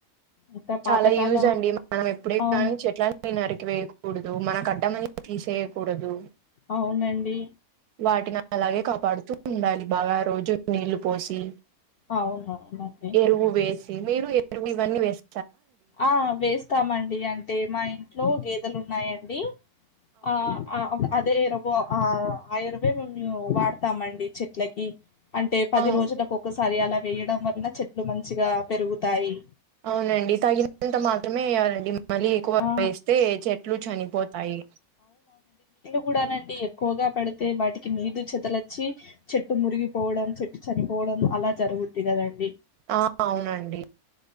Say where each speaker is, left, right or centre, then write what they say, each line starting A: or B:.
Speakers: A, on the left; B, on the right.
A: ఇంకా
B: చాలా
A: పాతకాలం
B: యూజ్ అండి మనం ఎప్పుడే
A: అవును.
B: కాని చేట్లని నరికివేయ కూడదు మనకడ్డం అని తీసేయకూడదు
A: అవునండి
B: వాటిని అలాగే కాపాడుతూ ఉండాలి బాగా రోజు నీళ్లు పోసి
A: అవునవునండి
B: ఎరువు వేసి మీరు ఇవన్నీ వేస్
A: ఆ వేస్తామండి అంటే మా ఇంట్లో గేదెలు ఉన్నాయండి ఆ ఆ అదే ఆ ఆయుర్వేదం మేము వాడుతామండి చెట్లకి అంటే పది
B: అవు
A: రోజులకు ఒకసారి అలా వేయడం వల్ల చెట్లు మంచిగా పెరుగుతాయి
B: అవునండి తగినంత మాత్రమే వేయాలండి మళ్ళీ ఎక్కువ
A: ఆ!
B: వేస్తే చెట్లు చనిపోతాయి
A: కూడానండి ఎక్కువగా పెడితే వాటికి నీదు చెదలొచ్చి చెట్టు మురిగిపోవడం చెట్టు చనిపోవడం డం అలా జరుగుద్ది కదండి
B: ఆ అవునండి